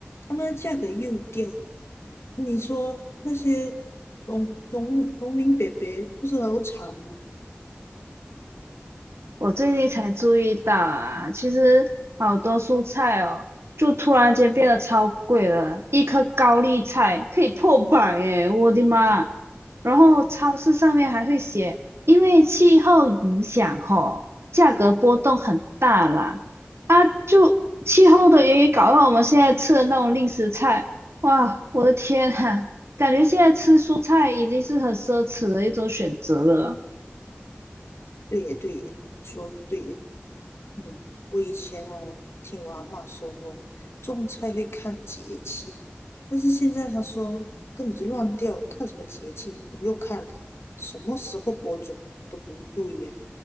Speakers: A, on the left; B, on the right.
A: 他们的价格又掉。你说那些农农农民伯伯不是很有产吗？
B: 我最近才注意到啊，其实好多蔬菜哦，就突然间变得超贵了，一颗高丽菜可以破百耶，我的妈！然后超市上面还会写，因为气候影响吼，价格波动很大啦。啊，就气候的原因搞到我们现在吃的那种令食菜，哇，我的天啊，感觉现在吃蔬菜已经是很奢侈的一种选择了。
A: 对耶，对耶，你说的对耶。嗯，我以前哦，听我阿嬷说哦，种菜会看节气，但是现在她说根本就乱掉，看什么节气？不用看了，什么时候播种都不对呀，